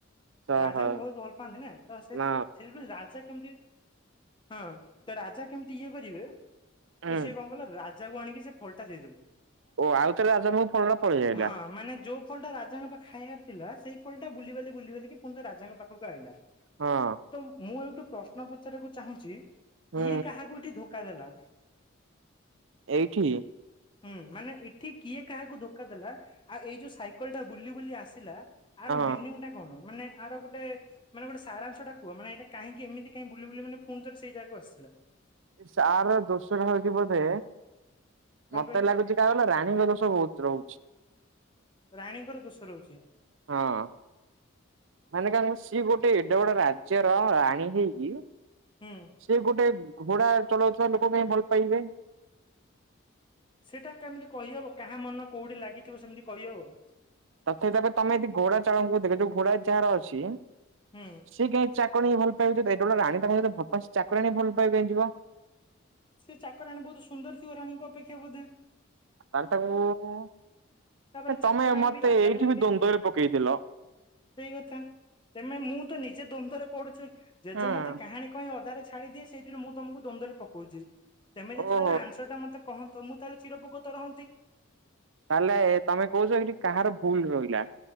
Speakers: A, on the right; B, on the left.
A: ଓହୋ
B: ରାଜାଙ୍କୁ ବହୁତ ଭଲ ପାନ୍ତି ନା ତ ସେ
A: ନା
B: ସେଥିପ ରାଜା କେମିତି ହଁ ତ ରାଜା କେମିତି ଇଏ କରିବେ ତ
A: ହୁଁ
B: ସିଏ କଣ କଲେ ରାଜା ଯାକୁ ଆଣିକି ସେ ଫଲଟା ଦେଇଦେଲେ।
A: ଓ ଆଉଥରେ ରାଜାଙ୍କ ପାଖକୁ ଫଳଟା ପଳେଇ ଆଇଲା।
B: ହଁ ମାନେ ଯୋଉ ଫଳଟା ରାଜାଙ୍କ ପା ଖାଇବାର ଥିଲା ସେଇ ଫଳଟା ବୁଲିିବାଲି ବୁଲିିବାଲିକି ପୁଣି ରାଜାଙ୍କ ପାଖକୁ ଆଇଲା।
A: ହଁ
B: ତ ମୁଁ ଏଇଠୁ ପ୍ରଶ୍ନ ପଚାରିବାକୁ ଚାହୁଁଛି
A: ହୁଁ
B: କିଏ କାହାକୁ ଏଇଠି ଧୋକ କା ଦେଲା।
A: ଏଇଠି,
B: ହୁଁ ମାନେ ଏଠି କିଏ କାହାକୁ ଧୋକା ଦେଲା ଆଉ ଏଇ ଯୋଉ ସାଇକେଲ ଟା ବୁଲି ବୁଲି ଆସିଲା। ଆର
A: ହଁ
B: ମିନିଂ ଟା କଣ? ମାନେ ଆର ଗୋଟେ ମାନେ ଗୋଟେ ସାରାଂଶ ଟା କୁହ ମାନେ ଏଇଟା କାହିଁକି ଏମିତି କାଇଁ ବୁଲି ବୁଲି ମାନେ ପୁଣି ଥରେ ସେଇ ଜାଗାକୁ ଆସିଲା?
A: ଏ ସାର ଦୋଶଟା ହଉଚି ବୋଧେ
B: କଣ
A: ମତେ
B: କହିଲେ?
A: ଲାଗୁଚି କାହାର କିଇଲ ରାଣୀର ଦୋଷ ବହୁତ ରହୁଚି।
B: ରାଣୀଙ୍କର ଦୋଷ ରହୁଚି।
A: ହଁ ମାନେ କାରଣ ସିଏ ଗୋଟେ ଏଡେ ବଡ ରାଜ୍ୟର ରାଣୀ ହେଇକି
B: ହୁଁ।
A: ସେ ଗୋଟେ ଘୋଡା ଚଲଉଥୁବା ଲୋକ କୁ କାଇଁ ଭଲ ପାଇଲେ?
B: ସେଇଟା କେମିତି କହିହବ କାହା ମନ କୋଉଠି ଲାଗିଥିବ ସେମିତି କହିହବ
A: ତଥାପି ତାପରେ ତମେ ଯଦି ଘୋଡା ଚାଳକଙ୍କୁ ଦେଖ ଯୋଉ ଘୋଡା ଯାହାର ଅଛି
B: ହୁଁ।
A: ସିଏ କାଇଁ ଚା <unintelligible> ଭଲ ପାଇବେ ତ ଏଇଟା <unintelligible> ରାଣୀ ତାଙ୍କ ସହିତ ଭପା ଚାକରାଣି କି ଭଲ ପାଇବେ ଯିବ।
B: ସେ ଚାକରାଣୀ ବହୁତ ସୁନ୍ଦର ଥିବ ରାଣୀଙ୍କ ଅପେକ୍ଷା ବୋଧେ।
A: ତା ହେଲେ ତାକୁ
B: ତାପରେ
A: ତମେ
B: ଚାକରାଣୀ
A: ମତେ
B: ବି ରାଜାଙ୍କୁ
A: ଏଇଠି
B: ନେଇ
A: ବି
B: ଦେଇଚି।
A: ଦ୍ଵନ୍ଦରେ ପକେଇଥିଲ।
B: ସେଇ କଥା ତମେ ମୁଁ ତ ନିଜେ ଦ୍ୱନ୍ଦରେ ପଢୁଚି ଜେଜ
A: ହଁ
B: ମତେ କାହାଣୀ କହି ଅଧାରେ ଛାଡିଦିଏ ସେଇଥିରେ ମୁଁ ତମକୁ ଦ୍ୱନ୍ଦରେ ପକଉଚି। ତମେ ଯଦି
A: ଓହୋ
B: ତାର ଆନ୍ସର ଟା ମତେ କହନ୍ତ ମୁଁ ତାହେଲେ ଚିରଉପକତ ରହନ୍ତି।
A: ତାହେଲେ ତମେ କହୁଚ ଏଠି କାହାର ଭୁଲ ରହିଲା?